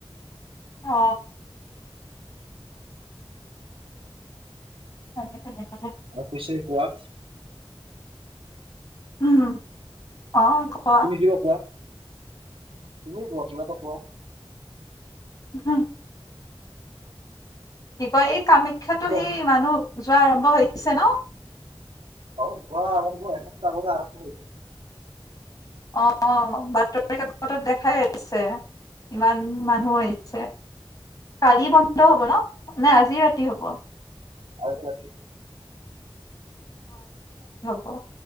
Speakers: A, on the left (about 40°); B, on the right (about 80°).
A: অ হয় তাকে তাকে
B: অ'পিছে কোৱা
A: উম। অ কোৱা
B: তুমি কিবা কোৱা, তুমিয়ে কোৱা কিবা এটা কোৱা।
A: হম <unintelligible> িক <unintelligible> এই আাম শিক্ষাতো
B: তোমাৰ
A: সেই মানুহ যোৱা আৰম্ভছে ন?
B: হ, আৰমভ এক্ত আৰৰামভ <unintelligible>
A: অঁ বাতৰি কাকতত দেখাই আছে, ইমান মানুহ আহিছে, কালি বন্ধ হব ন নে আজি ৰাতি হব?
B: আজি ৰাতি।
A: অঁ